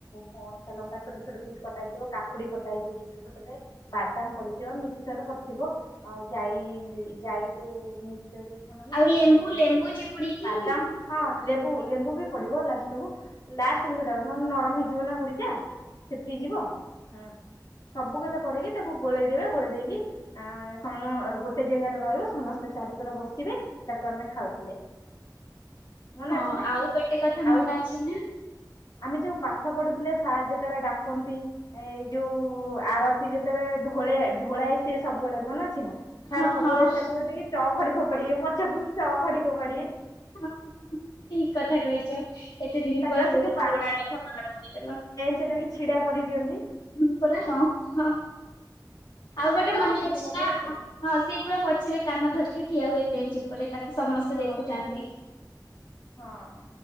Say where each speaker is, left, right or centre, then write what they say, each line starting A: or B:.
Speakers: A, on the left; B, on the left.
A: କଞ୍ଚା ଲଙ୍କା ଛୋଟ ଛୋଟ ପିସ୍ କଟା ହେଇଥିବ କାକୁଡି କଟା ହେଇଥିବ ଛୋଟ ଛୋଟ ରେ। ବାଦାମ ପଡିଥିବ ମିକ୍ସଚର ପଡିଥିବ ଆଉ ଯାଇ ଯାଇ ଯୋଉ ଯୋଉ ଛଣ ନୁହ
B: ଆଉ
A: ସେଟା
B: ଲେମ୍ବୁ
A: ବି ବଢିଯିବ
B: ଲେମ୍ବୁ ଚିପୁଡିକି
A: ବାଦାମ ହଁ ଲେମ୍ବୁ ଲେମ୍ବୁ ବି ପିଦିବ ଲାଷ୍ଟ କ ଲାଷ୍ଟ କୁ ସେଟା ନହେଲେ ନରମ ହେଇଯିବ ନା ମୁଢିଟା ସିପି ଯିବ। ହୁଁ ସବୁ କଥା ପଡିକି ତାକୁ ଗୋଳେଇଦବେ ଗୋଳେଇ ଦେଇକି ଆ ସମ ଗୋଟେ ଜାଗାରେ ରହିବ ସମସ୍ତେ ଚାରିିକର ବସିବେ ତାକୁ ଆମେ ଖାଉଥିଲେ। ମନେ
B: ହଁ
A: ଅଛି ନା
B: ଆଉ ଗୋଟେ କଥା ମନେ
A: ଆଉ
B: ଅଛି ନା।
A: ଆମେ ଯୋଉ ପାଠ ପଢୁଥିଲେ ସାର୍ ଯେତେବେଳେ ଡାକନ୍ତି ଏଇ ଯୋଉ ଆରତି ଯେତେବେଳେ ଢୋଳଏ ଢୋଳାଏ ସେ ସବୁବେଳେ ମନେ ଅଛି ନା। ସାର୍
B: ହଁ
A: ସବୁବେଳେ
B: ହଁ।
A: ତା କତିକି ଚ ଖଡି ଫପାଡିବେ ପଛକୁ ଚ ଖଡି ଫପାଡିବେ।
B: ହଁ ହ ହ ଠିକ କଥା କହିଛ। ଏତେ ଦିନ
A: ତାକୁ
B: ପରେ
A: ଆସିକି
B: ବହୁତ ପୁରୁଣାା କଥା ମନେ ପକେଇଦେଲ।
A: ସେତେବେଳେ କେମିତି ଛିଡ଼ା କରେଇ ଦିଅନ୍ତି।
B: ହଁ ପରା ହଁ ହ ଆଉ
A: ଛିଡା
B: ଗୋଟେ
A: କରନ୍ତିନି
B: ମନେ ଅଛି ନା
A: ବେଞ୍ଚରେ
B: ହଁ ସେ ପୁରା ପଛରେ କାନ ଧରିକି ଠିଆ ହୁଏ ବେଞ୍ଚ ଉପରେ ତାକୁ ସମସ୍ତେ
A: ହଁ
B: ଦେଖୁଥାନ୍ତି।
A: ବେଞ୍ଚ ହଁ